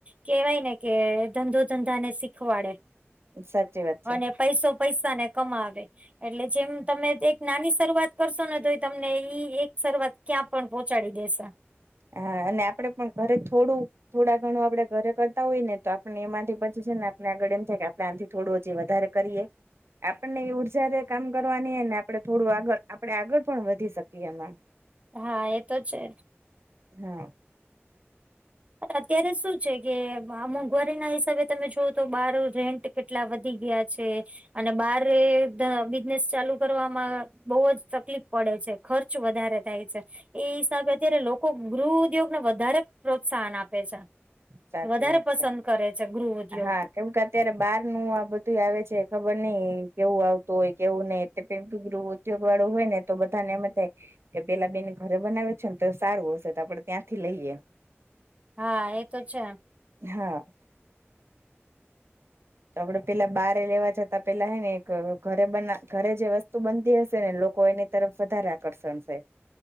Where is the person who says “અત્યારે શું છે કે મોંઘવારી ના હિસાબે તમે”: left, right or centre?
Right